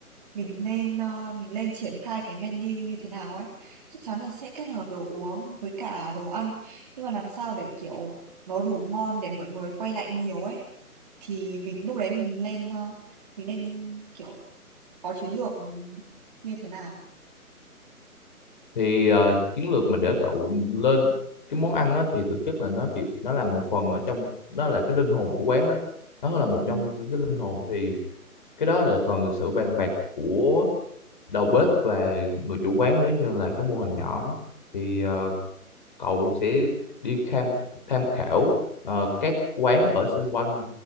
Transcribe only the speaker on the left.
thì ờ, chiến lược mình để cậu lên cái món ăn á, thì thực chất là nó chỉ nó là một phần ở trong nó là cái linh hồn của quán đó nó là một
trong những cái linh hồn thì cái đó là còn sự bàn bạc của đầu bếp và người chủ quán nếu như là cái mô hình nhỏ thì ờ, cậu sẽ đi tham tham khảo ờ, các quán ở xung quanh